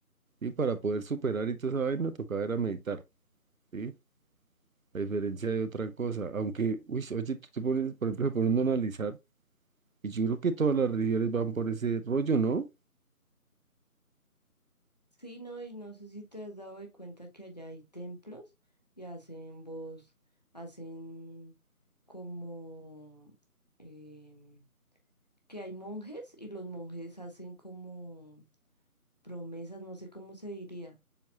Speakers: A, on the right; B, on the left.
A: y para poder superar y toda esa vaina tocaba era meditar, ¿sí? A diferencia de otra cosa. Aunque, uy, oye, tú te pones, por ejemplo, se pone uno a analizar y yo creo que todas las religiones van por ese rollo, ¿no?
B: Sí, no, y no sé si te has dado de cuenta que allá hay templos y hacen voz, hacen como em, que hay monjes y los monjes hacen como promesas, no sé cómo se diría,